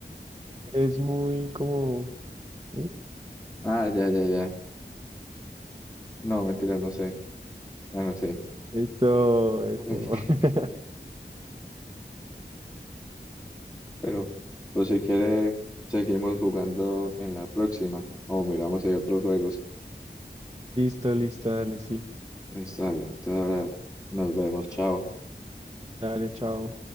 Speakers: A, on the right (about 25°); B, on the left (about 20°).
A: es muy como, ¿sí?
B: ah, ya, ya, ya. No, mentira, no sé. Ah, no sé.
A: Eso,
B: <laughs>
A: eso. <laughs>
B: Pero, pues si quiere, seguimos jugando en la próxima. O miramos si hay otros juegos.
A: Listo, listo, dale, sí.
B: Eh, Sale. Entonces ahora nos vemos. Chao.
A: Dale, chao.